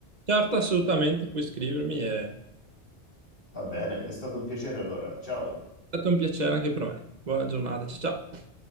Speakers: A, on the right; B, on the left.
A: Certo, assolutamente, puoi scrivermi, è
B: Va bene, è stato un piacere allora. Ciao.
A: stato un piacere anche per me. Buona giornata, ciao ciao.